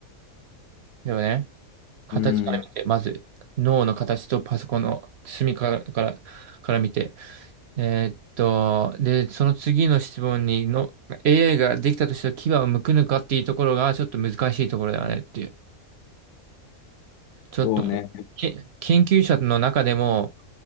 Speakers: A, on the right (about 65°); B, on the left (about 65°).
A: でもね、形から見て、
B: うん
A: まず、脳の形とパソコンの隅から、から、から見て。えーっと、で、その次の質問にの、AI ができたとしたら牙を剥くのかっていうところが、ちょっと難しいところだよねっていう。ちょっと、
B: そうね。
A: け、研究者の中でも、